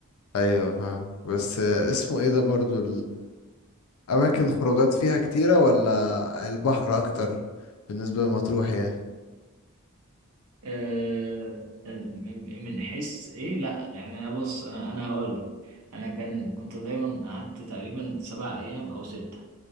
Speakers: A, on the left; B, on the right.
A: ايوه فاهم بس اسمه ايه ده برضو الاماكن خروجات فيها كتيرة ولا البحر اكتر بالنسبة لمطروح يعني
B: آه، آه، من من حس ايه لا يعني بص انا انا هقول لك انا كان كنت دايما قعدت تقريبا سبع ايام او سته